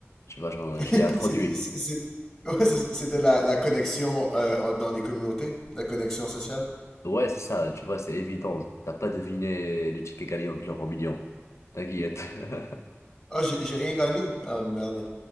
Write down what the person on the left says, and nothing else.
tu vois, genre,
je l'ai introduit.
Ouais, c'est ça, tu vois, c'est évident. T'as pas deviné le ticket gagnant de l'euro million. T'inquiète. <laughs>